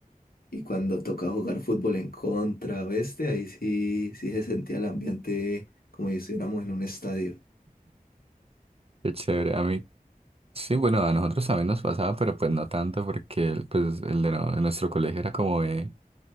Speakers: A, on the left; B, on the right.
A: Y cuando toca jugar fútbol en contra, oeste, ahí sí, sí se sentía el ambiente como si estuviéramos en un estadio.
B: Qué chévere. A mí, sí, bueno, a nosotros también nos pasaba, pero pues no tanto porque el, pues, el de, no- de nuestro colegio era como de,